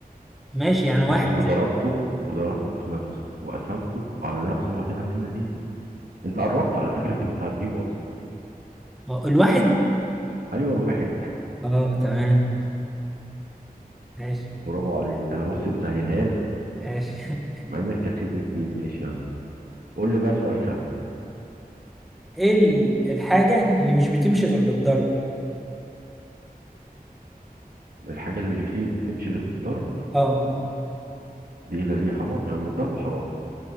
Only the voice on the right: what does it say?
ماشي وضربته وضربته في نفسه وقسمته على نفسه يعطي نفس النتيجة انت قربت على فكرة انت كنت هتجيبه اصلا
ايوه الواحد
برافو عليك انا بص بسهلها لك
مع انك كسبني اتنين ماشي يا عم قول لي بقى سؤال سهل
الحاجة اللي مش بتي- بتمشي غير بالضرب
دي ده ليه حرام يا عم الضرب حرام